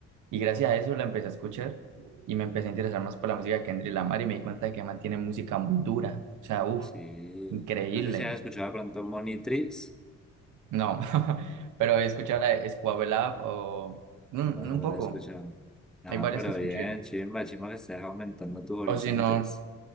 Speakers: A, on the right; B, in the centre.
A: Y gracias a eso la empecé a escuchar y me empecé a interesar más por la música de Kendrick Lamar y me di cuenta de que mantiene música muy dura. O sea, uff,
B: Sí.
A: increíble.
B: No sé si has escuchado de pronto Monitrix.
A: No, <laughs> pero he escuchado la de Squabble Up o mm,
B: No sé,
A: un
B: no
A: poco.
B: lo has escuchado. No,
A: Hay varias
B: pero
A: que escuché.
B: bien, chimba, chimba que estés aumentando tus horizontes.
A: O si no.